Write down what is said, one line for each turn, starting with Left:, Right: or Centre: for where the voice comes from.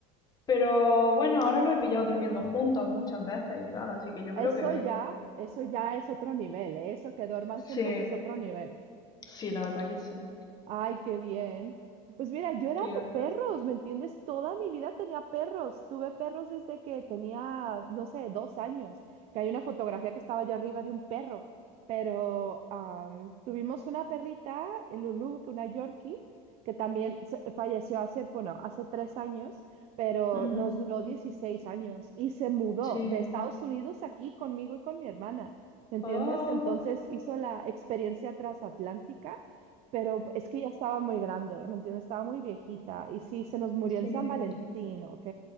Left: Pero bueno, ahora lo he pillado durmiendo juntos muchas veces y tal, así que yo
Right: Eso
Left: creo que bien.
Right: ya, eso ya es otro nivel, ¿eh? Eso que duerman
Left: Sí,
Right: juntos es otro nivel.
Left: sí, la verdad que sí.
Right: Ay, qué bien. Pues mira, yo era
Left: Qué
Right: de
Left: gracioso.
Right: perros, ¿me entiendes? Toda mi vida tenía perros. Tuve perros desde que tenía, no sé, dos años, que hay una fotografía que estaba yo arriba de un perro. Pero am, tuvimos una perrita, eh, Lulu, que una Yorkie, que también se- falleció hace, bueno, hace tres años, pero
Left: Mm,
Right: nos duró 16 años y se mudó
Left: sí.
Right: de Estados Unidos aquí conmigo y con mi hermana, ¿me entiendes?
Left: Oh,
Right: Entonces hizo la experiencia transatlántica pero es que ya estaba muy grande, ¿eh? ¿me entiendes? Estaba muy viejita. Y sí, se nos murió
Left: sí.
Right: en San Valentín, ¿ok?